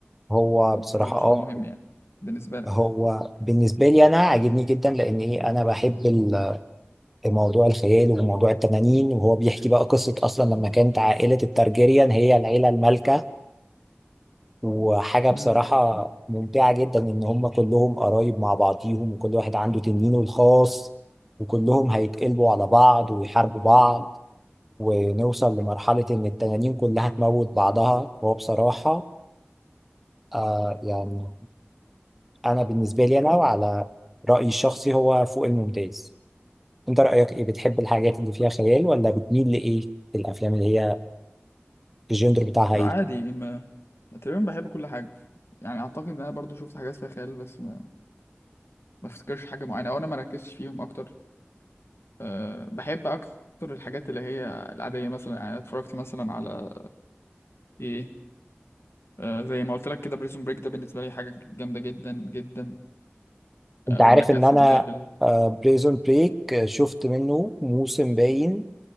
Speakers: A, in the centre; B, on the left.
A: هو
B: ده
A: بصراحة
B: برضه
A: اه
B: سؤال مهم يعني بالنسبة لك
A: هو بالنسبة لي أنا عاجبني جدا لأن إيه أنا بحب ال- موضوع الخيال وموضوع التنانين وهو بيحكي بقى قصة أصلا لما كانت عائلة الترجيريان هي العيلة المالكة وحاجة بصراحة
B: امم
A: ممتعة جدا إن هم كلهم قرايب مع بعضيهم وكل واحد عنده تنينه الخاص وكلهم هيتقلبوا على بعض ويحاربوا بعض ونوصل لمرحلة إن التنانين كلها تموت بعضها وهو بصراحة آه يعني أنا بالنسبة لي أنا وعلى رأيي الشخصي هو فوق الممتاز انت رأيك ايه بتحب الحاجات اللي فيها خيال ولا بتميل لايه في الافلام اللي هي الجندر بتاعها
B: لا
A: ايه
B: عادي ما تقريبا بحب كل حاجة يعني أعتقد إن أنا برضو شفت حاجات فيها خيال بس ما ما أفتكرش حاجة معينة أو أنا ما ركزتش فيهم أكتر أه بحب أكتر الحاجات اللي هي العادية مثلا يعني أنا اتفرجت مثلا على إيه أه زي ما قلت لك كده بريزون بريك ده بالنسبة لي حاجة جامدة جدا جدا أه
A: انت عارف
B: ولا كاسا
A: ان انا
B: دي بابل
A: بريزون بريك شفت منه موسم باين